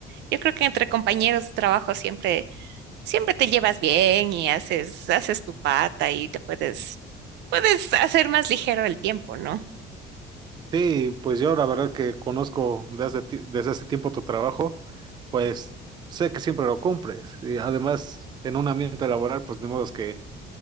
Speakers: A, on the right; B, on the right.
A: yo creo que entre compañeros de trabajo siempre siempre te llevas bien y haces, haces tu pata y te puedes, puedes hacer más ligero el tiempo, ¿no?
B: Sí, pues yo la verdad que conozco desde, ti- desde hace tiempo tu trabajo, pues sé que siempre lo cumples. Y además, en un ambiente laboral, pues ni modo es que,